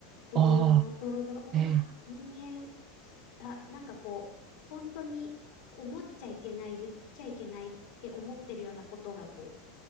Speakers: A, on the left; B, on the right.
A: ドロドロ、
B: ああ、
A: ドロドロ、うわ、
B: え
A: 人間、あ、なんかこう、本当に思っちゃいけない、言っちゃいけないって思ってるようなことが、こ